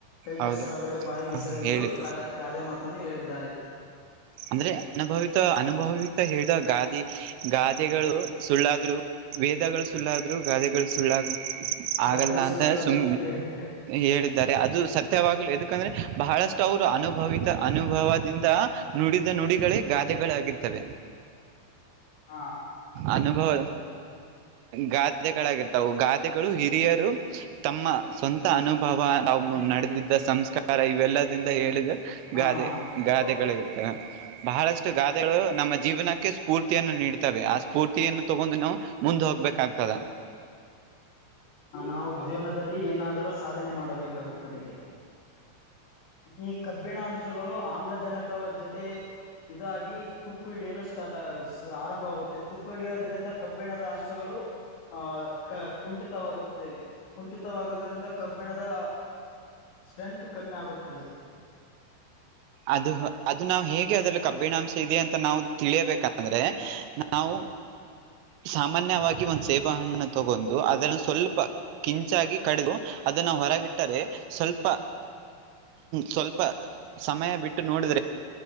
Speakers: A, on the left; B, on the right.
A: ಕೈ
B: ಹೌದು
A: ಕೆಸರಾದರೆ ಬಾಯಿ ಮೊಸರು ಎಂದು
B: ಹೇಳಿತು
A: ಗ ಗಾದೆ ಮಾತನ್ನು ಹೇಳಿದ್ದಾರೆ.
B: ಅಂದ್ರೆ ಅನುಭವಿತ ಅನುಭವಿತ ಹೇಳಿದ ಗಾದೆ ಗಾದೆಗಳು ಸುಳ್ಳಾದ್ರು ವೇದಗಳು ಸುಳ್ಳಾದ್ರೂ ಗಾದೆಗಳು ಸುಳ್ಳಾಗ ಆಗಲ್ಲ
A: ಗಾದೆ ಸುಳ್ಳಾಗದು
B: ಅಂತ ಸುಮ
A: ಅಂತ ಹೇಳಿದ್ದಾರೆ
B: ಹೇಳಿದ್ದಾರೆ ಅದು ಸತ್ಯವಾಗ್ಲಿ ಯಾಕಂದ್ರೆ ಬಹಳಷ್ಟು ಅವರು ಅನುಭವಿತ ಅನುಭವದಿಂದ ನುಡಿದ ನುಡಿಗಳೆ ಗಾದೆಗಳಾಗಿರ್ತವೆ
A: ಹಾ
B: ಅನುಭವ ಗಾದೆಗಳಾಗಿರ್ತವು ಗಾದೆಗಳು ಹಿರಿಯರು ತಮ್ಮ ಸ್ವಂತ ಅನುಭವ ನಾವು
A: ಈ
B: ನಡೆದಿದ್ದ ಸಂಸ್ಕಾರ ಇವೆಲ್ಲದಿಂದ ಹೇಳಿದ
A: ಹ
B: ಗಾದೆ ಗಾದೆಗಳು ಬಹಳಷ್ಟು ಗಾದೆಗಳು ನಮ್ಮ ಜೀವನಕ್ಕೆ ಸ್ಫೂರ್ತಿಯನ್ನು ನೀಡುತ್ತವೆ ಆ ಸ್ಫೂರ್ತಿಯನ್ನು ತಗೊಂಡು ನಾ ಮುಂದೆ ಹೋಗ್ಬೇಕಾಗ್ತದ
A: ನಾವು ಜೀವನದಲ್ಲಿ ಏನಾದರೂ ಸಾಧನೆ ಮಾಡಬೇಕಾಗುತ್ತದೆ ಈ ಕಬ್ಬಿಣ ಅಂಶಗಳು ಆಮ್ಲಜನಕ ಜೊತೆ ಇದಾಗಿ ತುಕ್ಕು ಹಿಡಿಯಲು ಸ್ಟಾರ್ಟ್ ಆರಂಭ ಆಗುತ್ತೆ ತುಕ್ಕು ಹಿಡಿಯೋದ್ರಿಂದ ಕಬ್ಬಿಣದ ಅಂಶಗಳು ಆಹ್ ಕುಂಠಿತವಾಗುತ್ತದೆ ಕುಂಠಿತವಾಗೋದ್ರಿಂದ ಕಬ್ಬಿಣದ ಸ್ಟ್ರೆಂತ್ ಕಮ್ಮಿ ಆಗುತ್ತದೆ
B: ಅದು ಅದು ನಾವ ಹೇಗೆ ಅದ್ರಲ್ಲಿ ಕಬ್ಬಿಣಾಂಶ ಇದೆ ಅಂತ ನಾವು ತಿಳಿಯಬೇಕಂದ್ರೆ ನಾವು ಸಾಮಾನ್ಯವಾಗಿ ಒಂದ್ ಸೇಬೆ ಹಣ್ಣು ತಗೊಂಡು ಅದನ್ನು ಸ್ವಲ್ಪ ಕಿಂಚಾಗಿ ಕಡದು ಅದನ್ನ ಹೊರಗಿಟ್ಟರೆ ಸ್ವಲ್ಪ ಸ್ವಲ್ಪ ಸಮಯ ಬಿಟ್ಟು ನೋಡಿದ್ರೆ